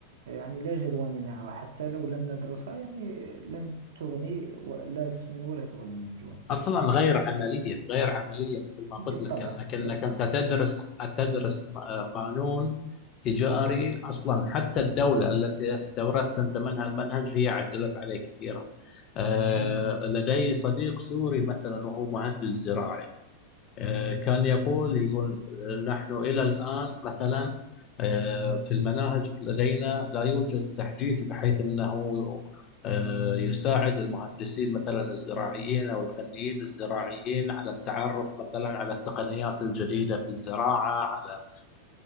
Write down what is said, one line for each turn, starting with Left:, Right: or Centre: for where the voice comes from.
Right: يعني لا جدوى منها وحتى لو لم ندرسها يعني لن تغني ولا تسمن ولا تغني من جوع
Left: اصلا غير عمليه غير عمليه مثل ما
Right: بالطبع
Left: قلت لك انك انك
Right: بالطبع
Left: انت تدرس تدرس آه، قانون تجاري اصلا حتى الدوله التي استوردت انت منها المنهج هي عدلت عليه كثيرا آه،
Right: تمام
Left: لدي صديق سوري مثلا وهو مهندس زراعي آه، كان يقول يقول آه، نحن إلى الآن مثلا آه، في المناهج لدينا لا يوجد تحديث بحيث أنه آه، يساعد المهندسين مثلا الزراعيين أو الفنيين الزراعيين على التعرف مثلا على التقنيات الجديدة في الزراعة على